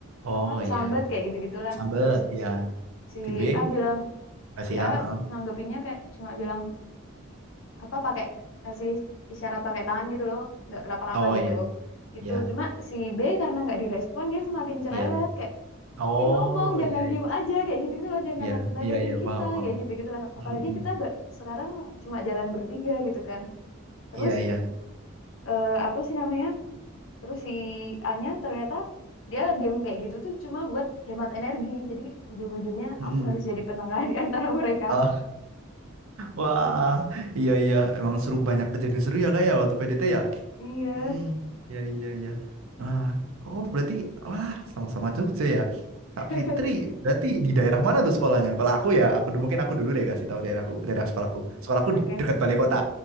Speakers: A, on the right; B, on the left.
A: Oh
B: apa kesambat
A: iya.
B: kayak gitu gitulah
A: Sambet,
B: terus
A: iya.
B: si
A: Si B,
B: A bilang
A: kasih
B: si
A: ya.
B: A
A: heeh.
B: nanggepinnya kayak cuma bilang apa pakai ngasih isyarat pakai tangan gitu loh nggak kenapa-napa
A: Oh
B: gitu
A: iya,
B: gitu
A: iya,
B: cuma si B karena nggak direspon dia semakin cerewet
A: iya.
B: kayak
A: Oh
B: "Ih, ngomong jangan
A: iya
B: diem
A: iya.
B: aja kayak gitu gitu loh jangan
A: Iya,
B: nakut-nakutin
A: iya iya
B: kita
A: paham paham.
B: kayak gitu gitulah
A: Hmm.
B: apalagi
A: hmm.
B: kita ba- sekarang cuma jalan bertiga gitu kan terus
A: Iya iya.
B: eh, apa sih namanya Terus si Anya ternyata dia diem kayak gitu tuh cuma buat hemat energi. Jadi ujung-ujungnya
A: Hmm.
B: aku harus jadi penengah di antara mereka.
A: hmm. Wah, iya iya, emang seru banyak kejadian seru ya kayak waktu PDT ya.
B: Iya.
A: Hmm, iya iya iya. Ah, oh berarti wah sama-sama Jogja ya.
B: <laughs>
A: Kak Fitri, berarti di daerah mana tuh sekolahnya? Kalau aku ya, aku du- mungkin aku dulu deh kasih tahu daerahku, daerah sekolahku. Sekolahku
B: Oke.
A: dekat balai kota,